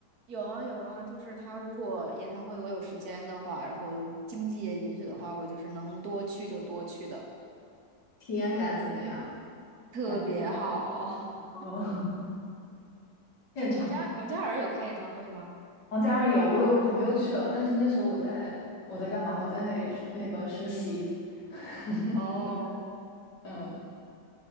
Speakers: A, on the right (about 60°); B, on the left (about 70°).
A: 有啊有啊，就是他如果演唱会我有时间的话，然后有经济也允许的话，我就是能多去就多去的，
B: 体验感怎么样？
A: 特别好。
B: 感觉
A: <laughs>
B: 哦，<laughs> 现场
A: 哎，王嘉王嘉尔有开演唱会吗？
B: 王嘉尔有，我有个朋友去了，但是那时候我在我在干嘛？我在实那个实习。<laughs>
A: 哦，
B: 我嗯，